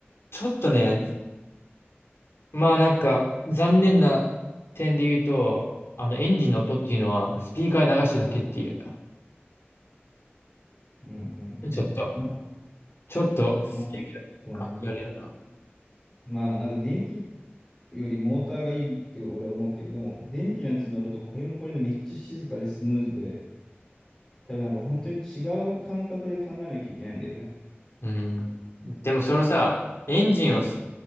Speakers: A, on the left; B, on the left.
A: ちょっとね、まあなんか、残念な点で言うと、あの、エンジンの音っていうのは、スピーカーに流してるだけっていう。
B: うんうんうん。
A: ちょっと、
B: まあ、
A: ちょっと、不正解な感じあるよな。
B: まあ、そうね。まあ、なんか電気よりモーターがいいって俺は思うけど、でも電気のやつ乗るとこれもこれでめっちゃ静かでスムーズで、多分なんか本当に違う感覚で考えなきゃいけないんだよね。
A: うん。でもそのさ、エンジンをす、